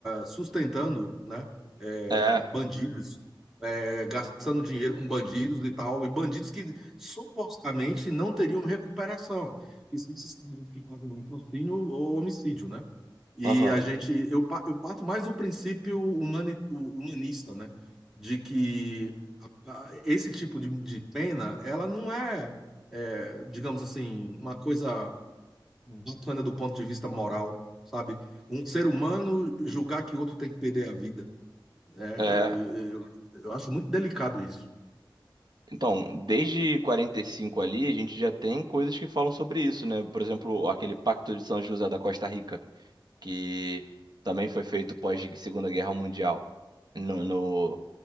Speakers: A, in the centre; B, on the right (about 55°).
A: sustentando, né, é,
B: é,
A: bandidos, é, gastando dinheiro com bandidos e tal, e bandidos que supostamente não teriam recuperação, que são esses caras que pagam patrocínio ou homicídio, né? E
B: aham,
A: a gente, eu, pa- eu parto mais do princípio humani- humanista, né? De que a- a- esse tipo de, de pena, ela não é, é, digamos assim, uma coisa bacana do ponto de vista moral, sabe? Um ser humano julgar que outro tem que perder a vida. né?
B: é.
A: eu, eu, eu eu acho muito delicado isso.
B: Então, desde 45 ali, a gente já tem coisas que falam sobre isso, né? Por exemplo, aquele Pacto de São José da Costa Rica. que também foi feito pós Segunda Guerra Mundial. No, no-